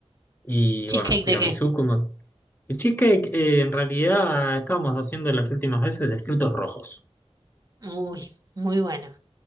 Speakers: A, on the left; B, on the right.
A: y
B: ¿Cheesecake
A: bueno, tiramisú
B: de qué?
A: como... El cheesecake eh, en realidad estábamos haciendo las últimas veces de frutos rojos.
B: Uy, muy bueno.